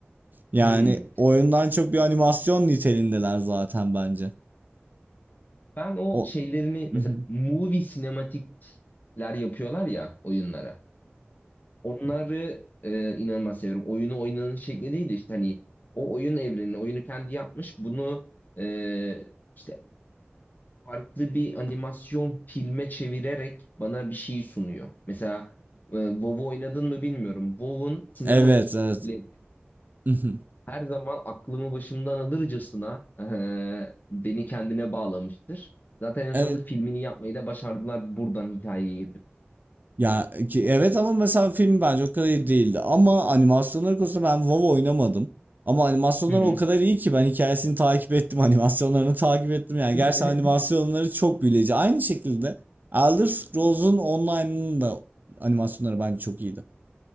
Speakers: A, on the right; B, on the left.
A: Yani
B: Hmm.
A: oyundan çok bir animasyon niteliğindeler zaten bence.
B: Ben o
A: O
B: şeylerini
A: <laughs>
B: mesela movie sinematikler yapıyorlar ya oyunlara. Onları e, inanılmaz seviyorum. Oyunu oynanın şekli değil de işte hani o oyun evrenini, oyunu kendi yapmış. Bunu e, işte farklı bir animasyon filme çevirerek bana bir şey sunuyor. Mesela e, WoW oynadın mı bilmiyorum. WoW'un sinematikleri
A: Evet, evet. <laughs>
B: her zaman aklımı başımdan alırcasına e, beni kendine bağlamıştır. Zaten en
A: Evet.
B: sonunda filmini yapmayı da başardılar buradan hikayeyi getirip.
A: Ya ki evet ama mesela film bence o kadar iyi değildi. Ama animasyonlar konusunda ben WoW oynamadım. Ama animasyonlar
B: Hı hı.
A: o kadar iyi ki ben hikayesini takip ettim, <laughs> animasyonlarını takip ettim. Yani
B: <laughs>
A: gerçekten animasyonları çok büyüleyici. Aynı şekilde Elder Scrolls'un online'ının da animasyonları bence çok iyiydi.